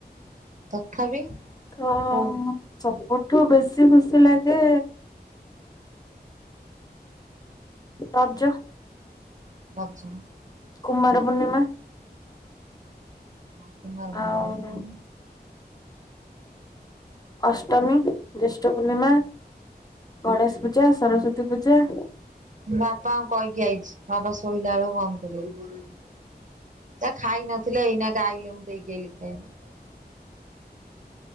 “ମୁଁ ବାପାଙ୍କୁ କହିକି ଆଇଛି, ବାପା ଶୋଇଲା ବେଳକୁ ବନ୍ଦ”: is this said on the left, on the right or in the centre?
Right